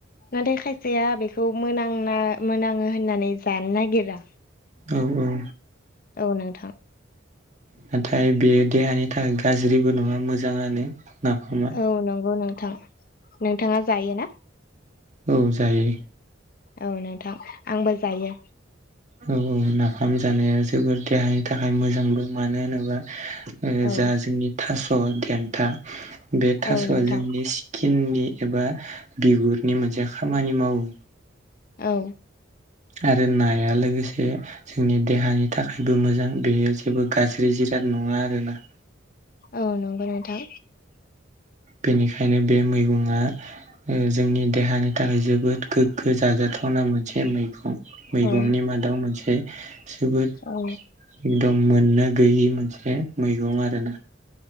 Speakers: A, on the left (about 50°); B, on the right (about 40°).
A: नाथाय खायसेया बेखौ मोनांना मोन आङो होननानै जानो नागिरा
B: औ औ
A: औ नोंथां
B: नाथाय बेयो देहानि थाखाय गाज्रिबो नङा मोजाङानो नाफामा
A: औ नंगौ नोंथां नोंथाङा जायो ना?
B: औ जायो।
A: औ नोंथां आंबो जायो
B: औ औ नाफाम जानाया जोबोर देहानि थाखाय मोजां दं मानो होनोबा ओ
A: औ
B: जा जोंनि थास' देन्था बे थास'आ
A: औ नोंथां
B: जोंनि सि किन्नि एबा बिगुरनि मोनसे खामानि मावो।
A: औ
B: आरो नाया लोगोसे जोंनि देहानि थाखायबो मोजां बेयो जेबो गाज्रि जिराद नङा आरोना
A: औ नंगौ नोंथां
B: बेनिखायनो बे मैगंआ जोंनि देहानि थाखाय जोबोद गोग्गो जाजाथावना मोनसे मैगं मैगंनि
A: औ
B: मादाव मोनसे जोबोद
A: औ
B: एकदम मोननो गैयि मोनसे मैगं आरो ना